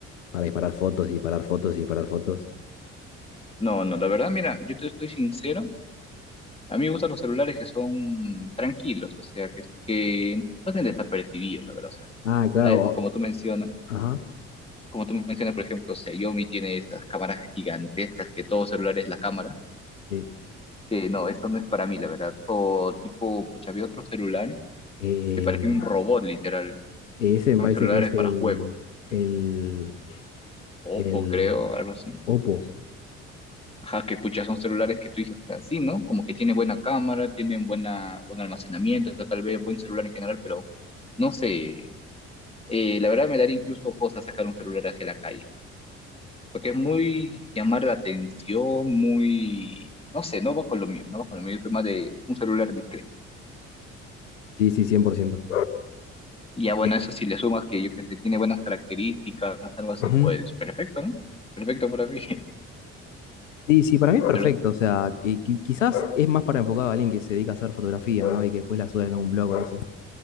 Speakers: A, on the left (about 85°); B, on the left (about 15°).
A: para disparar fotos y disparar fotos y disparar fotos.
B: no, no, la verdad, mira, yo te estoy sincero, a mí me gustan los celulares que son tranquilos, o sea, que, que pasen desapercibidos, la verdad, o sea,
A: Ah, claro.
B: hay-
A: o-
B: como tú mencionas,
A: Ajá.
B: como tú mencionas, por ejemplo, Xiaomi tiene estas cámaras gigantescas que todo celular es la cámara,
A: Sí.
B: que no, esto no es para mí, la verdad, o tipo, pucha, había otro celular
A: Sí.
B: que parecía
A: Em,
B: un robot, literal,
A: Ese
B: que son
A: me parece
B: celulares
A: que es
B: para
A: el,
B: juegos,
A: el,
B: Oppo,
A: el
B: creo, algo así
A: Oppo.
B: Ajá, que pucha, son celulares que tú dices, o sea, sí, ¿no? Como que tiene buena cámara, tienen buena, buen almacenamiento, tal vez buen celular en general, pero no sé, eh, la verdad me daría incluso cosa sacar un celular hacia la calle, porque es muy llamar la atención, muy, no sé, no va con lo mío, no va con lo mío, yo soy más de un celular discreto.
A: Sí, sí, 100%.
B: Y ya bueno,
A: Eh,
B: eso si le sumas que yo que sé, tiene buenas características, algo así,
A: ujú.
B: pues perfecto, ¿no? Perfecto para mí. <laughs>
A: Sí, sí, para mí es perfecto.
B: Pero
A: O sea, que, qui- quizás es más para enfocado a alguien que se dedica a hacer fotografía, ¿no? Y que después la sube en un blog o algo así.